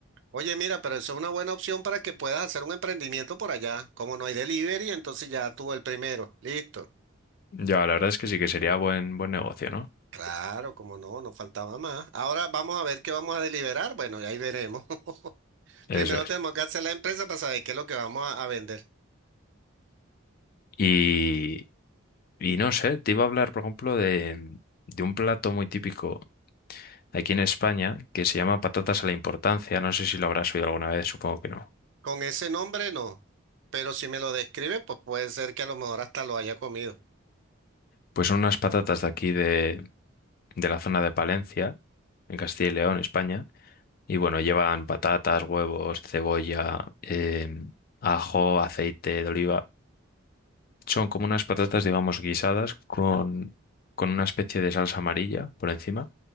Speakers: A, on the right; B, on the left.
A: oye, mira, pero eso es una buena opción para que puedas hacer un emprendimiento por allá. Como no hay delivery, entonces ya tú el primero. Listo.
B: Ya, la verdad es que sí que sería buen, buen negocio, ¿no?
A: Claro, como no, no faltaba más. Ahora vamos a ver qué vamos a deliberar. Bueno, y ahí veremos. <laughs>
B: Eso
A: Primero
B: es.
A: tenemos que hacer la empresa para saber qué es lo que vamos a a vender.
B: Y, y no sé, te iba a hablar, por ejemplo, de, de un plato muy típico aquí en España que se llama patatas a la importancia. No sé si lo habrás oído alguna vez, supongo que no.
A: Con ese nombre no, pero si me lo describe, pues puede ser que a lo mejor hasta lo haya comido.
B: Pues son unas patatas de aquí de, de la zona de Palencia, en Castilla y León, España. Y bueno, llevan patatas, huevos, cebolla, eh, ajo, aceite de oliva. Son como unas patatas, digamos, guisadas con, con una especie de salsa amarilla por encima.